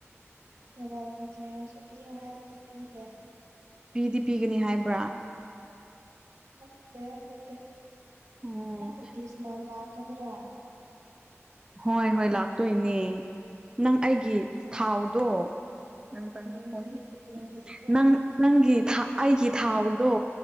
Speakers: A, on the right; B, on the right.
A: ꯇꯦꯕꯜꯒ ꯆꯦꯌꯔꯒꯁꯨ ꯄꯤꯌꯣ ꯍꯥꯏꯕꯗꯨ ꯄꯤꯗꯦ
B: ꯄꯤꯗꯤ ꯄꯤꯒꯅꯤ ꯍꯥꯏꯕ꯭ꯔꯥ
A: ꯈꯪꯗꯦ ꯑꯗꯨꯗꯤ
B: ꯎꯝ
A: ꯅꯪ ꯇꯤꯁ ꯃꯥꯜ ꯂꯥꯛꯀꯥꯗ꯭ꯔꯥ
B: ꯍꯣꯏ ꯍꯣꯏ ꯂꯥꯛꯇꯣꯏꯅꯦ ꯅꯪ ꯑꯩꯒꯤ ꯊꯥꯎꯗꯣ <unintelligible>
A: ꯌꯦꯡꯗꯤ ꯌꯦꯡꯕꯤꯗ꯭ꯔꯦ
B: ꯅꯪ ꯅꯪꯒꯤ ꯑꯩꯒꯤ ꯊꯥꯎꯗꯣ